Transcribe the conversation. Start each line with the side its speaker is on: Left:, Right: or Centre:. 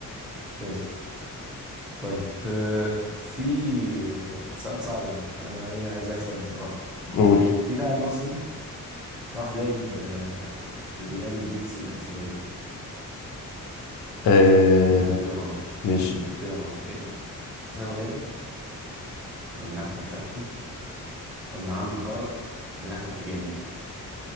Centre: ماشي طيب آه، في آه، سؤال صعب ده أنا إيه عايز أكسب بصراحة
Left: قول
Centre: في لاعب مصري راح لعب آه، في ريال بيتس الأسباني
Left: آه
Centre: هديك اختيارات
Left: ماشي
Centre: هديك اختيارات اتقل حسام غادي ولا أحمد فتحي ولا عمرو طارق ولا أحمد حجازي